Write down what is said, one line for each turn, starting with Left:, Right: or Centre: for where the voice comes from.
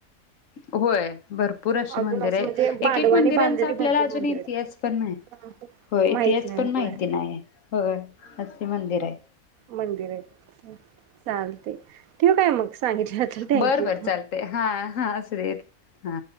Left: होय. भरपूर अशी
Right: अजून
Left: मंदिर
Right: असं
Left: आय
Right: म्हणजे पांडवांनी
Left: एक एक मंदिरांचा
Right: बांधलेली
Left: आपल्याला
Right: भरपूर
Left: अजून
Right: मंदिर
Left: इतिहास पण न्हाय
Right: आहेत.
Left: होय
Right: माहित
Left: इतिहास
Right: नाही
Left: पण माहिती
Right: होय
Left: नाय, होय असि मंदिर आयत.
Right: मंदिर आहेत. चालते ठेवू काय मग सांगितल्याबद्दल थँक्यू.
Left: बर बर चालते हा हा असूदेत हा